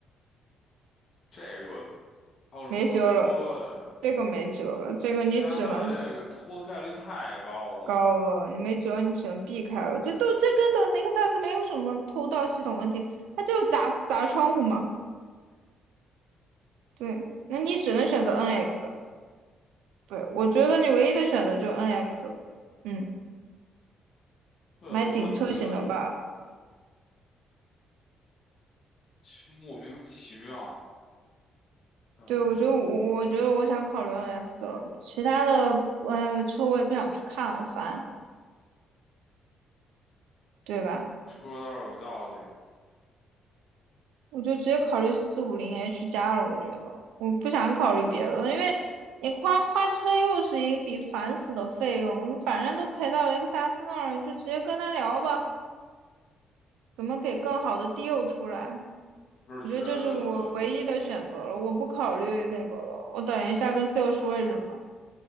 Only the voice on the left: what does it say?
这个还有什么可说的？
加拿大这个偷的概率太高了。
对，
我也觉得其莫名其妙，让人觉得
说的倒是有道理，
就是觉得对。